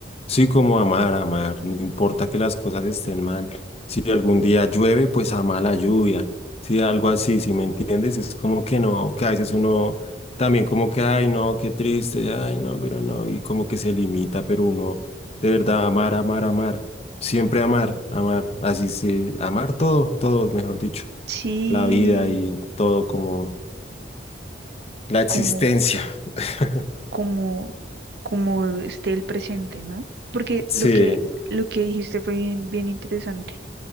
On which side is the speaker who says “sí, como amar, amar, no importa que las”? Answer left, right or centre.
Left